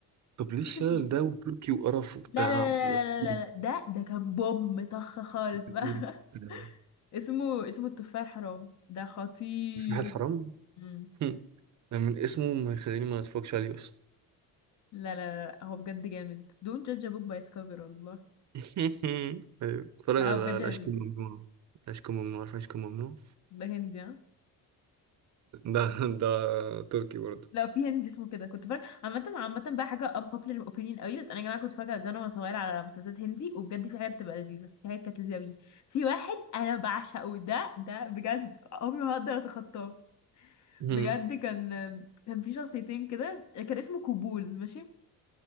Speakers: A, on the right; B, on the left.
A: طب ليه
B: ست
A: الشلل
B: سنين
A: ده وتركي وقرف وبتاع
B: لا لا لا
A: ولا
B: لا
A: كوري
B: لا لا لا ده ده كان بوم طخ خالص
A: ولا
B: بقى
A: كوري
B: <laughs>
A: ده
B: اسمه اسمه التفاح الحرام ده خطير
A: الفلاح الحرام
B: مم.
A: هم. <laughs> ده من اسمه ما يخليني ما اتفرجش عليه اصلا
B: لا لا لا لا، هو بجد جامد don't judge a book by its cover والله
A: <laughs> ايوه اتفرج
B: لا
A: على
B: هو بجد
A: العشق
B: لذيذ
A: الممنوع العشق الممنوع عارف العشق الممنوع
B: ده هندي ها
A: ده ده تركي برضه
B: لا في هندي اسمه كده كنت فاكره عامة عامة بقى حاجة unpopular opinion قوي بس أنا يا جماعة كنت فاكره زمان وأنا صغيرة على مسلسلات هندي وبجد في حاجات تبقى لذيذة في حاجات كانت لذيذة أوي في واحد أنا بعشقه ده ده بجد عمري ما هقدر أتخطاه
A: هم.
B: بجد كان كان في شخصيتين كده كان اسمه كوبول ماشي